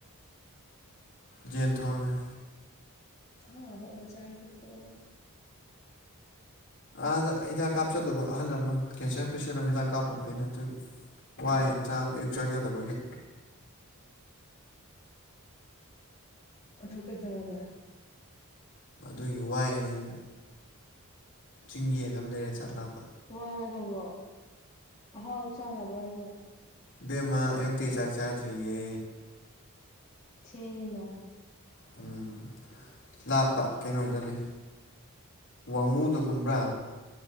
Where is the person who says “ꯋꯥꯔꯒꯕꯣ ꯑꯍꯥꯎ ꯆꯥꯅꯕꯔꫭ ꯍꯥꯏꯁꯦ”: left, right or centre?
Left